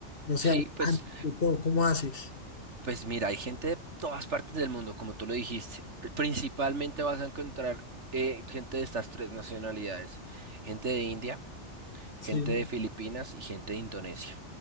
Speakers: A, on the left (about 50°); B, on the right (about 70°).
A: no
B: Sí,
A: sé, alemán,
B: pues,
A: de todo. ¿Cómo haces?
B: pues mira, hay gente de todas partes del mundo, como tú lo dijiste. Principalmente vas a encontrar eh, gente de estas tres nacionalidades, gente de India, gente
A: Sí.
B: de Filipinas y gente de Indonesia.